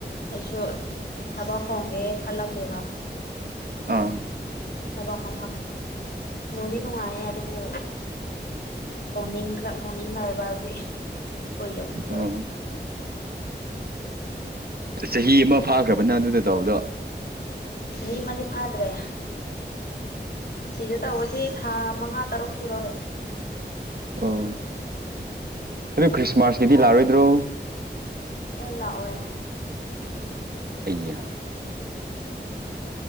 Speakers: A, on the left (about 65°); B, on the right (about 60°).
A: ꯑꯩꯁꯨ ꯊꯕꯛ ꯍꯣꯡꯒꯦ ꯈꯜꯂꯝꯃꯦꯕ
B: ꯑꯥ
A: ꯊꯕꯛ ꯃꯐꯝ ꯅꯨꯡꯗꯤ ꯅꯨꯡꯉꯥꯏꯌꯦ ꯑꯗꯨꯕꯨ ꯍꯣꯡꯅꯤꯡ꯭ꯔ ꯍꯣꯡꯅꯤꯡꯉꯥꯏ ꯍꯥꯏꯕ ꯍꯧꯖꯤꯛ ꯀꯨꯏꯔꯕ ꯊ
B: ꯑꯣ ꯆꯍꯤ ꯑꯃ ꯐꯥꯈ꯭ꯔꯕꯅ ꯑꯗꯨꯗꯗꯥꯎꯗꯣ
A: ꯆꯍꯤ ꯑꯃꯗꯤꯗꯤ ꯐꯥꯗ꯭ꯔꯦ ꯁꯤꯗ ꯇꯧꯕꯁꯤ ꯊꯥ ꯃꯉꯥ ꯇꯔꯨꯛ ꯁꯨꯗꯧꯔꯦ
B: ꯑꯣ ꯑꯗꯨ ꯈ꯭ꯔꯤꯁꯃꯥꯁꯀꯤꯗꯤ ꯂꯥꯛꯔꯣꯏꯗ꯭ꯔꯣ
A: ꯑꯣꯏ ꯂꯥꯛꯑꯣꯏ
B: ꯑꯩꯌꯥ